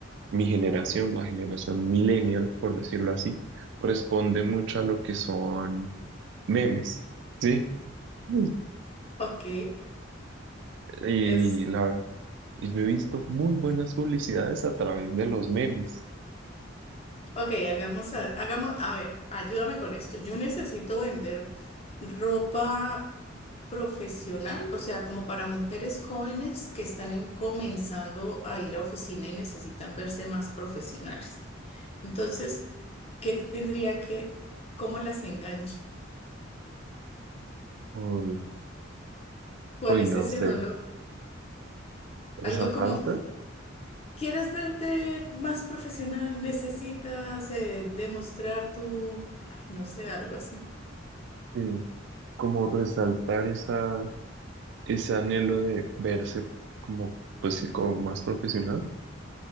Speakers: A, on the right; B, on the left.
A: Mi generación, la generación millennial, por decirlo así, responde mucho a lo que son memes, ¿sí? Mm.
B: Ok,
A: Y,
B: es,
A: la, y yo he visto muy buenas publicidades a través de los memes.
B: ok, hagamos, a- hagamos, a ver, ayúdame con esto. Yo necesito vender ropa profesional, o sea, como para mujeres jóvenes que están en- comenzando a ir a oficina y necesitan verse más profesionales. Entonces, ¿qué tendría que, cómo las engancho?
A: Uy,
B: ¿Cuál
A: uy,
B: es
A: no
B: ese
A: sé,
B: dolor?
A: esa
B: Algo como,
A: falta
B: ¿quieres verte más profesional? ¿Necesitas eh, demostrar tu, ay, no sé, algo así?
A: de como resaltar esa ese anhelo de verse como, pues sí, como más profesional,